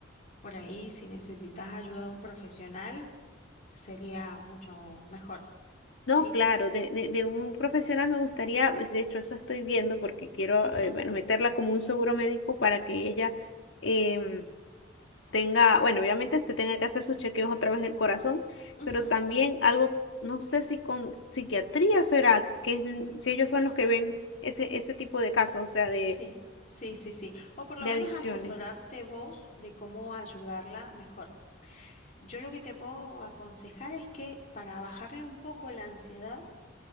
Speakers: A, on the left; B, on the left.
A: por ahí si necesitas ayuda de un profesional, sería mucho mejor,
B: no,
A: ¿sí?
B: claro, de, de, de un profesional me gustaría, pues, de hecho eso estoy viendo porque quiero,
A: Ujú,
B: eh, bueno, meterla como un seguro médico para que ella em, tenga, bueno, obviamente se tenga que hacer sus chequeos otra vez del corazón,
A: ujú.
B: pero también algo, no sé si con psiquiatría será, que es- si ellos son los que ven ese, ese tipo de casos, o sea, de,
A: Sí, sí, sí, sí. O por lo
B: de
A: menos
B: adicciones.
A: asesorarte vos de cómo ayudarla mejor. Yo lo que te puedo aconsejar es que para bajarle un poco la ansiedad,